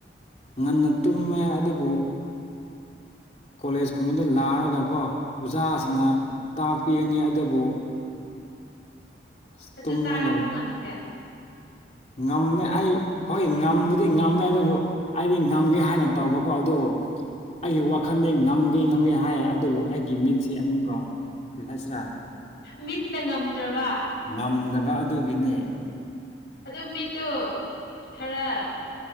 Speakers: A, on the left; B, on the left.
A: ꯉꯟꯅ ꯇꯨꯝꯃꯦ ꯑꯗꯨꯕꯨ ꯀꯣꯂꯦꯖ ꯀꯨꯝꯕꯗ ꯂꯥꯔꯒꯀꯣ ꯑꯣꯖꯥꯁꯤꯡꯅ
B: ꯎꯝ
A: ꯇꯥꯛꯄꯤꯒꯅꯤ ꯑꯗꯨꯕꯨ ꯑꯁ
B: ꯑꯗꯨ
A: ꯇꯨꯝꯂꯒ
B: ꯇꯥꯕ ꯉꯝꯗ꯭ꯔꯦ
A: ꯉꯝꯃꯦ ꯑꯩ ꯍꯣꯏ ꯉꯝꯕꯨꯗꯤ ꯉꯝꯃꯦ ꯑꯗꯨꯕꯨ ꯑꯩꯗꯤ ꯉꯝꯒꯦ ꯍꯥꯏꯅ ꯇꯧꯕꯀꯣ ꯑꯗꯨ ꯑꯩꯒꯤ ꯋꯥꯈꯟꯗꯤ ꯉꯝꯒꯦ ꯉꯝꯒꯦ ꯍꯥꯏ ꯑꯗꯨꯕꯨ ꯑꯩꯒꯤ ꯃꯤꯠꯁꯤ ꯑꯃꯨꯛꯀ ꯀꯔꯤ ꯍꯥꯏꯁꯤꯔꯥ
B: ꯃꯤꯠꯅ ꯉꯝꯗ꯭ꯔꯕ
A: ꯉꯝꯗꯕ ꯑꯗꯨꯒꯤꯅꯦ
B: ꯑꯗꯨ ꯃꯤꯠꯇꯨ ꯈꯔ